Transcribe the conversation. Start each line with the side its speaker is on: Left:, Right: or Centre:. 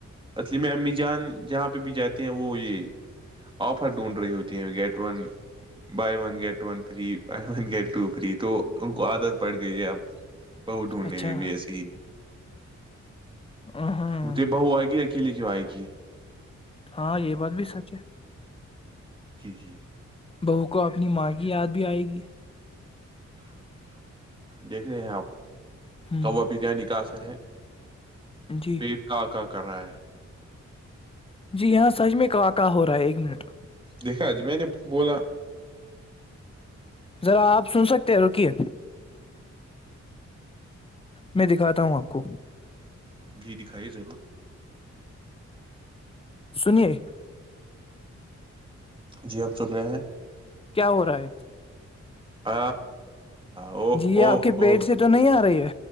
Right: اسصلیلم امی جان جہاں پہ بھی جاتے ہیں وہ یہ آفر ڈھونڈ رہی ہوتی ہیں get one by one get one three پن گئے ٹوپری تو ان کو عادت پڑ گئی ہے اب بہ ڈوننے
Left: اچھا
Right: میں بھی اسی
Left: ہاں
Right: وہ تو بؤ آ گیا کی لگو آئییکی
Left: ہاں یہ بات بھی سچ ہے
Right: جی جی
Left: بہو کو اپنی ماں کی یاد بھی آئے گی
Right: دیکھ رہے ہیں آپ
Left: ہوں
Right: کوا بریانی کا اثر ہے
Left: جی
Right: پٹ کا کا کرائے
Left: جی یہاں سج میں کا واقع ہو رہا ہے ایک منٹ
Right: دیکھا جی میں نے بولا
Left: ذرا آپ سن سکتے ہیں رکیے میں دکھاتا ہوں آپ کو
Right: گ دکھائیے ضرور
Left: سنیے
Right: جی ہم سن رہے ہیں
Left: کیا ہو رہا ہے
Right: آ او
Left: جی یہ
Right: او
Left: آپ کے پیٹ
Right: او
Left: سے تو نہیں آ رہی ہے